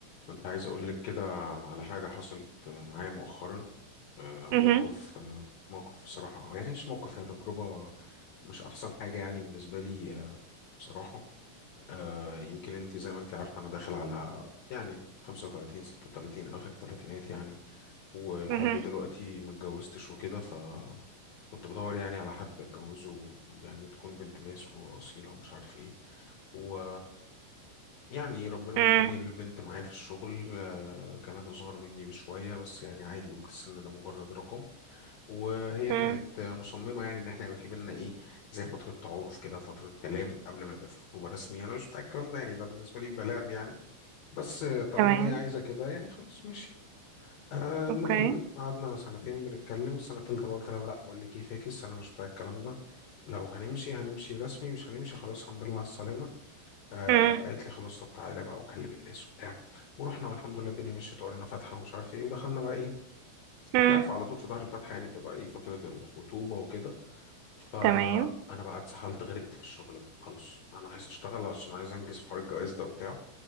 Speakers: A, on the left; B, on the right.
A: كنت عايز أقول لك كده على حاجة حصلت معايا مؤخرا آه، موقف
B: مهم.
A: آه، موقف بصراحة أو يعني مش موقف هي تجربة مش أحسن حاجة يعني بالنسبة لي آه، بصراحة آه، يمكن أنت زي ما أنت عارفة أنا داخل على يعني 35 36 آخر الثلاثينات يعني ولحد
B: مهم.
A: دلوقتي ما اتجوزتش وكده كنت بدور يعني على حد اتجوزه يعني تكون بنت ناس واصيله ومش عارف ايه و يعني ربنا
B: مم.
A: وفقني البنت معايا في الشغل آه، كانت أصغر مني بشوية بس يعني عادي قلت السن ده مجرد رقم وهي
B: مم.
A: كانت آه، مصممة يعني إن إحنا يبقى في بينا إيه زي فترة تعارف كده فترة كلام قبل ما يبقى في خطوبة رسمية أنا مش بتاع الكلام ده يعني ده بالنسبة لي بيبقى لعب يعني بس آه، طالما
B: تمام
A: هي عايزة كده يعني خلاص ماشي آه، المهم
B: اوكي
A: قعدنا سنتين بنتكلم السنة التالتة بقى قلت لها لا بقول لك ايه فاكس أنا مش بتاع الكلام ده لو هنمشي هنمشي رسمي مش هنمشي خلاص الحمد لله على السلامة آه
B: مم.
A: قالت لي خلاص طب تعالى بقى وكلم الناس وبتاع ورحنا والحمد لله الدنيا مشيت وقرينا فاتحة ومش عارف ايه ودخلنا بقى ايه
B: مم.
A: انت عارف على طول في ظهر الفاتحة يعني بتبقى ايه فترة الخطوبة وكده فأنا
B: تمام
A: بقى اتسحلت غرقت في الشغل بقى خلاص أنا عايز أشتغل عشان عايز أنجز في حوار الجواز ده وبتاع